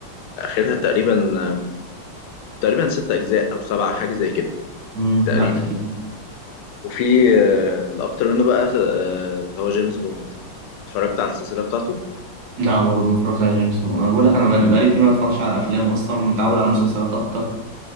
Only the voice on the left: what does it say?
لاخرها تقريبا تقريبا ست اجزاء او سبعه حاجه زي كده
تقريبا
وفي آه الاكتر منه بقى آه اللي هو جيمس بوند اتفرجت على السلسله بتاعته